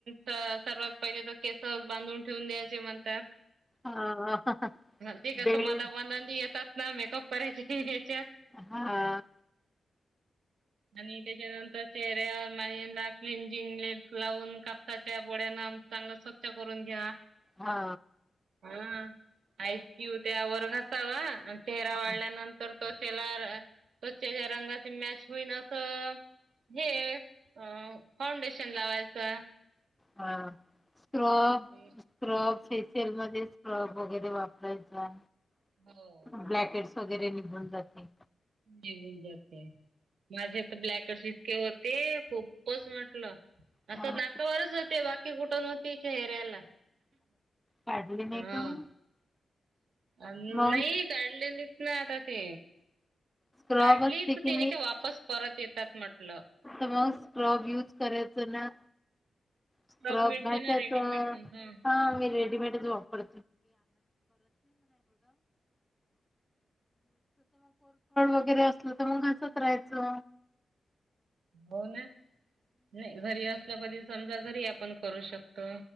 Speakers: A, on the right; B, in the centre.
A: सर्वात पहिले तर केस बांधून ठेवून द्यायचे म्हणतात.
B: हं
A: ते कसं
B: बेल
A: मध मधानी येतात. ना मेकअप करायची की याच्यात
B: हां
A: आणि त्याच्यानंतर चेहऱ्यावर मा क्लनजिंग लावून कापसाच्या बोळ्यान चांगलं स्वच्छ करून घ्या.
B: हा
A: हा आईस क्यूब त्यावर घासावा आणि चेहरा
B: हां
A: वाळल्यानंतर त्वचेला त्वचेच्या रंगाचे मॅच होईन असं हे अ फाउंडेशन लावायचा
B: हा स्क्रब
A: मी
B: स्क्रब फेशियल मध्ये स्क्रब वगैरे वापरायचा.
A: हो
B: ब्लॅकहेड्सची वगैरे निघून जाते.
A: ते <unintelligible> असते. माझे तर ब्लॅकहेड्सची इतके होते, खूपच म्हटलं असं
B: हां
A: नाकावरच होते, बाकी कुठू न होती चेहऱ्याला.
B: काढले नाही
A: हा
B: का मग?
A: अं
B: मग
A: नाही काढले नाईत ना आता ते
B: स्क्रब
A: काढली
B: असते
A: तर
B: की
A: तेनी का वापस परत येतात म्हटलं.
B: आता मग स्क्रब युज करायचं ना स्क्रब
A: रब मिळते
B: घ्यायच,
A: ना रेडीमेड
B: हा मी रेडीमेड जोड <unintelligible> फड वगैरे असलं तर मग, घासत राहायचं.
A: हो ना, नाही घरी असलं कधी समजा घरी आपण करू शकतो.